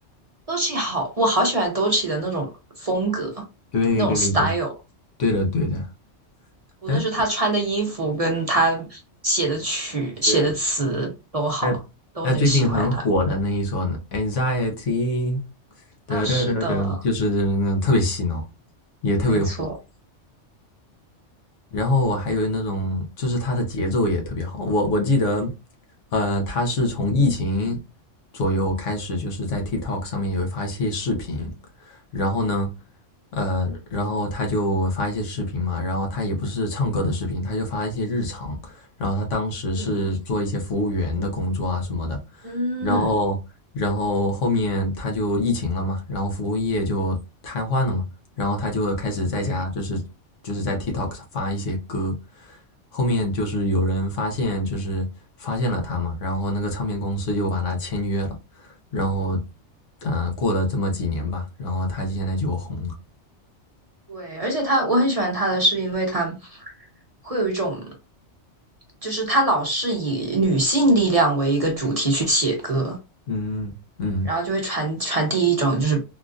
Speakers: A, on the right; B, on the left.
A: d o e c h i 好，我好喜欢 d o e c h i 的那种风格，
B: 对对对，
A: 那种 style。
B: 对的对的。
A: 无论是他穿的衣服跟他写的曲、
B: 但
A: 写的词都好，
B: 对啊，那那最近很火的那一首呢，Anxiety，
A: 都很喜欢他。啊，
B: 得得得得，
A: 是的，
B: 就是那种特别洗脑，也特别火。
A: 没错。
B: 然后我还有那种，就是他的节奏也特别好。我我记得，呃，他是从疫情左右开始，就是在 TikTok 上面也会发一些视频，然后呢，呃，然后他就发一些视频嘛，然后他也不是唱歌的视频，他就发一些日常，然后他当时是做一些服务员的工作啊什么的，
A: 嗯嗯，
B: 然后然后后面他就疫情了嘛，然后服务业就瘫痪了嘛。然后他就开始在家就是就是在
A: 对
B: TikTok 上发一些歌，后面就是有人发现就是发现了他嘛，然后那个唱片公司就把他签约了，然后嗯、呃过了这么几年吧，然后他现在就红了。
A: 对，而且他我很喜欢他的是因为他会有一种，就是他老是以女性力量为一个主题去写歌，
B: 嗯，嗯，
A: 然后就会传传递一种就是